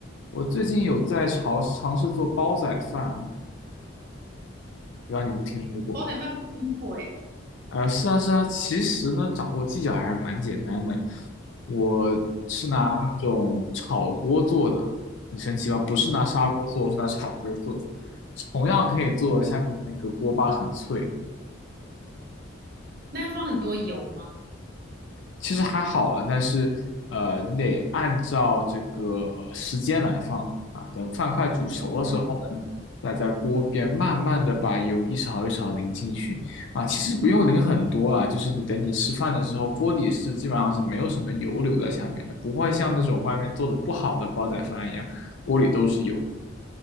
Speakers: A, on the left (about 65°); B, on the right (about 45°).
A: 我最近有在尝尝试做煲仔饭，不知道你有没有听说过？
B: 煲仔饭不容易做哎。
A: 呃，是啊，是啊，其实呢，掌握技巧还是蛮简单的。我是拿那种炒锅做的，
B: 啊，
A: 很神奇吧？不是拿砂锅做，我是拿炒锅做，同样可以做下面那个锅巴很脆。
B: 嗯，那要放很多油吗？
A: 其实还好了，但是呃，你得按照这个呃时间来放啊。等饭快煮熟的时候呢，
B: 嗯
A: 再在锅边慢慢的把油一勺一勺淋进去啊。其实不用淋很多啦，就是你等你吃饭的时候，锅底是基本上是没有什么油留在下面的，不会像那种外面做的不好的煲仔饭一样，锅里都是油。